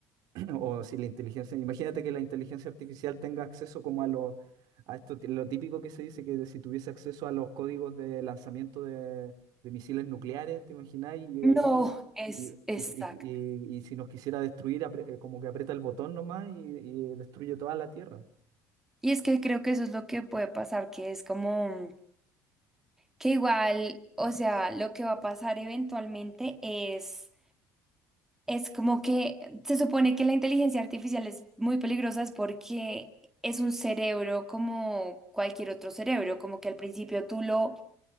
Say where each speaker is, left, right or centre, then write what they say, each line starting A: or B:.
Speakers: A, on the right; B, in the centre.
A: <clears throat> o si la inteligencia, imagínate que la inteligencia artificial tenga acceso como a lo, a esto, lo típico que se dice, que si tuviese acceso a los códigos de lanzamiento de, de misiles nucleares, ¿te imagináis? Y
B: No,
A: ahí
B: es
A: y,
B: exacto.
A: y, y- y- y si nos quisiera destruir, apre- eh, como que aprieta el botón nomás y, y destruye toda la Tierra.
B: Y es que creo que eso es lo que puede pasar, que es como mm, que igual, o sea, lo que va a pasar eventualmente es Es como que se supone que la inteligencia artificial es muy peligrosa es porque es un cerebro como cualquier otro cerebro, como que al principio tú lo